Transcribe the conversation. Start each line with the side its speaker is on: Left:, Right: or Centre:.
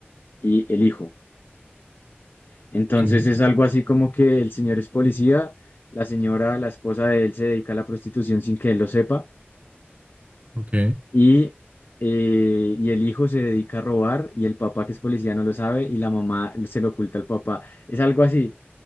Left: y el hijo. Entonces
Right: ok, ok.
Left: es algo así como que el señor es policía, la señora, la esposa de él se dedica a la prostitución sin que él lo sepa
Right: Ok.
Left: y, eh, y el hijo se dedica a robar y el papá que es policía no lo sabe y la mamá se lo oculta al papá. Es algo así.